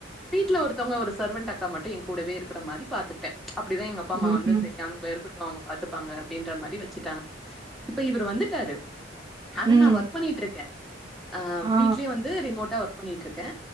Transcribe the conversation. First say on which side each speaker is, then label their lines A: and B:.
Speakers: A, in the centre; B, on the right.
A: வீட்ல ஒருத்தவுங்க ஒரு சர்வன்ட் அக்கா மட்டு என் கூடவே இருக்கிற மாறி பாத்துடடே அப்படிதா எங்க அப்பா
B: ம்
A: அம்மா வந்து சரியானவங்க இருக்கட்டு அவங்க பாத்துப்பாங்க அப்படின்ற மாறி வச்சுட்டாங்க இப்ப இவர் வந்துட்டாரு அது
B: ம்
A: நா ஒர்க் பண்ணிட்டு இருக்கே அ
B: ஆ
A: வீட்லயே வந்து ரிமோட்டா ஒர்க் பண்ணிட் இருக்கே